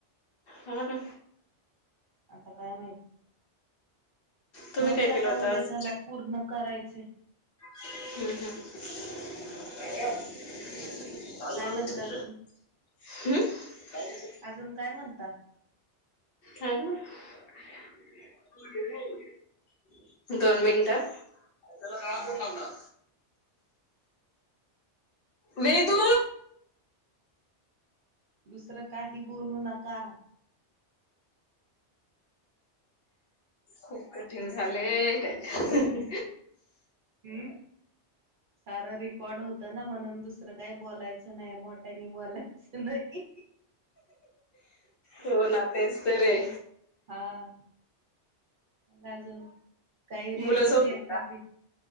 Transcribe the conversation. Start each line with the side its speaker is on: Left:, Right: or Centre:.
Left: हा ना
Right: आता काय माहित
Left: तुम्ही
Right: जावूदे
Left: काय केलं
Right: आता
Left: होतं
Right: उद्याच्याला
Left: आज
Right: पूर्ण करायचे
Left: हम्म हम्म
Right: काय म्हणता अजून
Left: हम्
Right: अजून काय म्हणता
Left: हा <unintelligible> दोन मिनट, त्याला काळा
Right: हा
Left: कोण लावणार वेदू,
Right: दुसरं काही बोलू नका,
Left: खूप कठीण झालंय काही का,
Right: हम्, सारं रेकॉर्ड होतं ना म्हणून दुसरं काही बोलायचं नाही मोठ्यानी बोलायचं. नाही,
Left: हो ना तेच तर हाय,
Right: हा, काय अजून, काही रेसिपी
Left: मुलं झोपले
Right: एखादी
Left: का